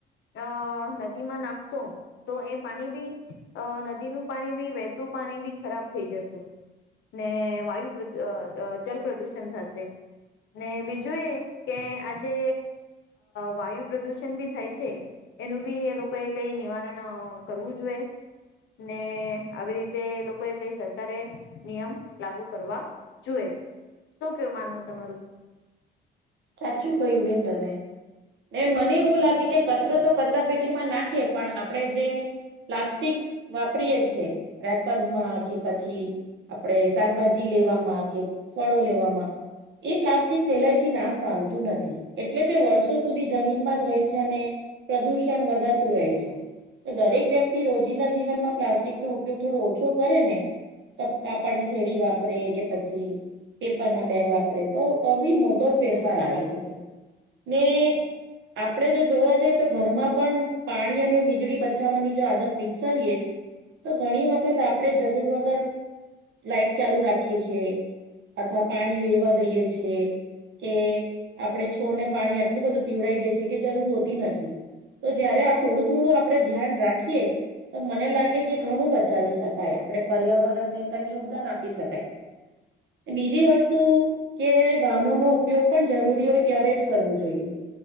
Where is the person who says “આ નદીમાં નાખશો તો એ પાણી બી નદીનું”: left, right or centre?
Left